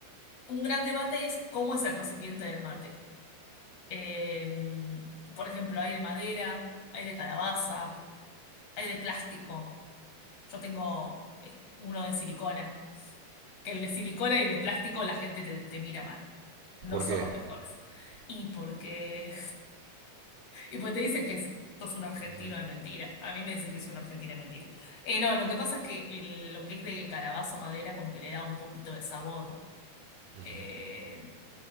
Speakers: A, on the left (about 55°); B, on the right (about 80°).
A: un gran debate es cómo es el recipiente del mate. Em, por ejemplo, hay de madera, hay de calabaza, hay de plástico. Yo tengo eh, uno de silicona, que el de silicona y el de plástico la gente te, te mira mal. No
B: ¿Por
A: son
B: qué?
A: los mejores. Y porque Y pues te dicen que es- sos un argentino
B: Ujú,
A: de mentira. A mí me dicen que soy un argentino de mentira. Eh, no, lo que pasa es que el- lo que es del calabazo madera como que le da un poquito de sabor
B: ujú,
A: eh,